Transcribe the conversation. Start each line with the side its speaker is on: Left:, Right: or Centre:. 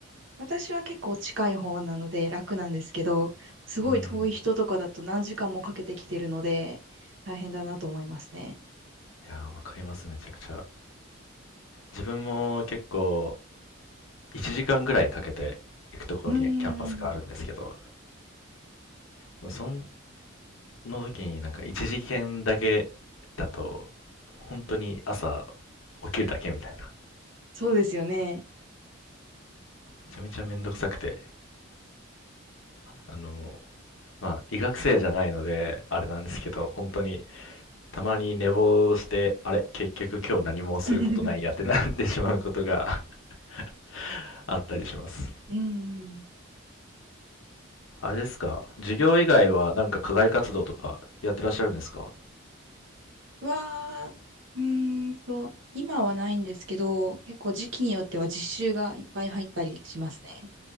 Right: 私は結構近い方なので楽なんですけど、すごい遠い人とかだと何時間もかけてきてるので、
Left: うん。
Right: 大変だなと思いますね。
Left: いやー、わかります、めちゃくちゃ。自分も結構、1時間ぐらいかけて行くところにキャンパスがあるんですけど、
Right: うーん、
Left: その時になんか1時間だけだと、本当に朝起きるだけみたいな。
Right: そうですよね。
Left: めちゃめちゃめんどくさくて、あの、まあ、医学生じゃないので、あれなんですけど、本当に、たまに寝坊して、あれ、結局今日何もすることないやってなってしまうことが
Right: <laughs>
Left: <laughs> あったりします。
Right: うん。
Left: あれですか授業以外はなんか課外活動とかやってらっしゃるんですか
Right: は、うーんと、今はないんですけど、結構時期によっては実習がいっぱい入ったりしますね。